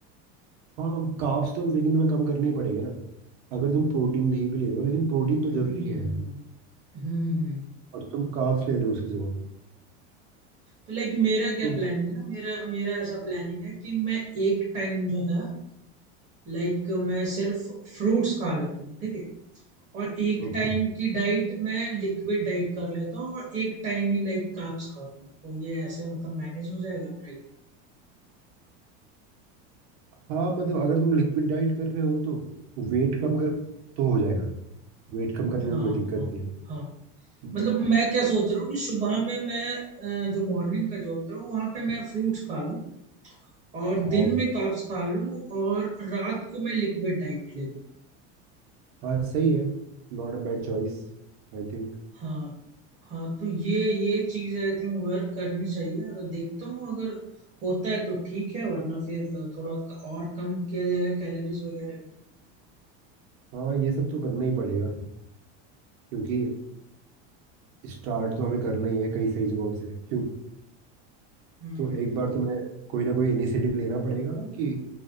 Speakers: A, on the right; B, on the right.
A: हाँ कार्ब्स तो लेकिन तुम्हें कम करने ही पड़ेगा ना अगर तुम प्रोटीन नहीं भी ले रहे हो लेकिन प्रोटीन तो
B: हम्म
A: जरूरी है
B: हम्म
A: और तुम कार्ब्स ले रहे हो उसकी जगह
B: तो लाइक मेरा क्या
A: तो
B: प्लानिंग है ना मेरा मेरा ऐसा प्लानिंग है कि मैं एक टाइम जो है लाइक मैं सिर्फ फ्रूट्स खा लेता हूँ ठीक है और एक
A: ओके
B: टाइम की डाइट मैं लिक्विड डाइट कर लेता हूँ और एक टाइम ही लाइक कार्ब्स खाता हूँ तो ये ऐसे मतलब मैनेज हो जाएगा राइट
A: हाँ मतलब अगर तुम लिक्विड डाइट कर रहे हो तो वेट कम कर तो हो जाएगा वेट कम करने
B: हाँ
A: में कोई दिक्कत
B: हाँ
A: नहीं
B: हाँ
A: है बट
B: मतलब मैं क्या सोच रहा हूँ कि सुबह में मैं अ, जो मॉर्निंग का जो होता है वहां पे मैं फ्रूट्स खा लूँ और
A: हाँ
B: दिन में कार्ब्स खा लूँ और रात को मैं लिक्विड डाइट ले लूँ
A: हाँ सही है not a bad choice I think
B: हाँ हाँ तो ये ये चीज आई थिंक वर्क करनी चाहिए अगर देखता हूँ अगर होता है तो ठीक है वरना फिर अ, थोड़ा क- और कम किया जाएगा कैलोरीज वगैरह को
A: हाँ ये सब तो करना ही पड़ेगा क्योंकि स्टार्ट तो हमें करना ही है कहीं सही जगह से क्यों
B: हम्म
A: तो एक बार तो मैं कोई ना कोई इनिशिएटिव लेना पड़ेगा कि